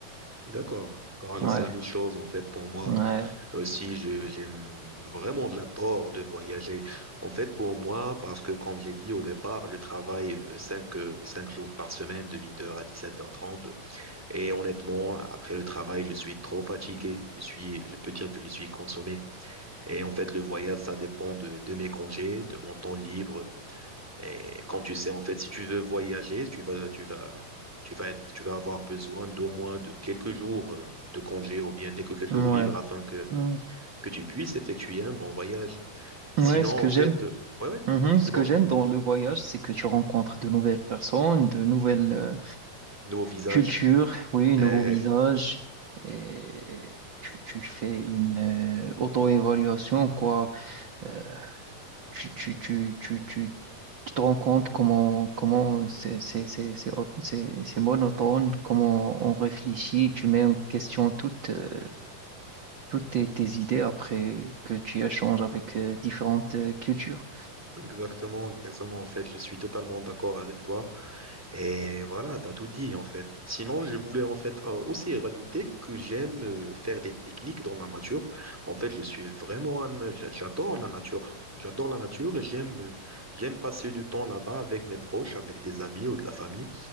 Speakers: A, in the centre; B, on the right.
A: D'accord. Car Alors,
B: Ouais,
A: c'est la même chose en fait pour moi.
B: ouais,
A: Aussi, je, j'aime vraiment, j'adore de voyager. En fait, pour moi, parce que comme j'ai dit au départ, je travaille euh, 5 jours par semaine de huit heures à dix-sept heures trente. Et honnêtement, après le travail, je suis trop fatigué. Je suis, je peux dire que je suis consommé. Et en fait, le voyage, ça dépend de, de mes congés, de mon temps libre. Et comme tu sais, en fait, si tu veux voyager, tu vas, tu vas, tu vas être, tu vas avoir besoin d'au moins de quelques jours euh, de congé ou bien des quelques jours
B: ouais.
A: libres afin que,
B: Ouais,
A: que tu puisses effectuer un bon voyage. Sinon,
B: Ouais, ce
A: en
B: que
A: fait,
B: j'aime.
A: euh, ouais, ouais,
B: Mhm. Ce
A: dis-moi,
B: que j'aime dans le voyage, c'est que tu rencontres de nouvelles personnes, de nouvelles euh,
A: nouveau visage.
B: cultures, oui,
A: Eh,
B: nouveaux visages, et tu, tu fais une euh, auto-évaluation, quoi. Euh, tu, tu, tu, tu, tu, tu te rends compte comment, comment c'est c'est- c'est- c'est au- c'est- c'est monotone, comment on réfléchit, tu mets en question toutes, euh, toutes tes, tes idées après que tu échanges avec euh, différentes euh, cultures.
A: exactement, exactement. En fait, je suis totalement d'accord avec toi. Et voilà, t'as tout dit en fait. Sinon, je voulais en fait euh, aussi rajouter que j'aime euh, faire des pique-niques dans la nature. En fait, je suis vraiment un... j'a- J'adore la nature. J'adore la nature et j'aime euh, j'aime passer du temps là-bas avec mes proches, avec des amis ou de la famille.